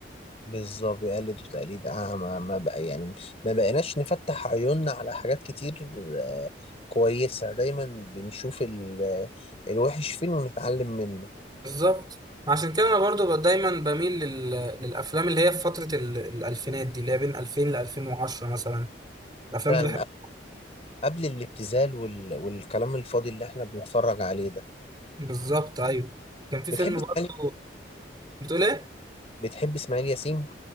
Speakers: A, on the left; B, on the right.
A: بالظبط بيقلدوا تقليد أعمى ما بقى يعني ما بقيناش نفتح عيوننا على حاجات كتير آه، كويسة دايما بنشوف ال- الوحش فين ونتعلم منه
B: بالظبط عشان كده انا برضو ب- دايما بميل لل... للافلام اللي هي في فتره ال... الالفينات دي اللي هي بين 2000 ل 2010 مثلا الافلام
A: فعلا
B: دي بحب
A: قبل الابتذال وال- والكلام الفاضي اللي احنا بنتفرج عليه ده
B: بالظبط ايوه كان في
A: بتحب
B: فيلم
A: اسماعيل
B: برضو بتقول ايه
A: بتحب اسماعيل ياسين؟